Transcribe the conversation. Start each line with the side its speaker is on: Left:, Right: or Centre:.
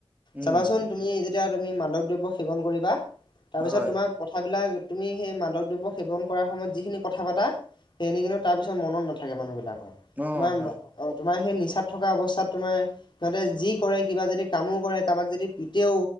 Right: উম,
Left: চাবাচোন তুমি যেতিয়া তুমি মাদক দ্ৰব্য সেৱন কৰিবা, তাৰপিছত
Right: হয়,
Left: তোমাৰ কথাবিলাক তুমি সেই মাদক দ্ৰব্য সেৱন কৰাৰ সময়ত যিখিনি কথা পতা সেইখিনে কিন্তু তাৰ পিছত মনত নাথাকে মানুহ বিলাকৰ,
Right: অ',
Left: তোমাৰ
Right: হয়,
Left: তোমাৰ সেই নিচাত থকা অৱস্থাত তোমাৰ সিহঁতে যি কৰে কিবা যদি কামো কৰে কাৰোবাক যদি পিটও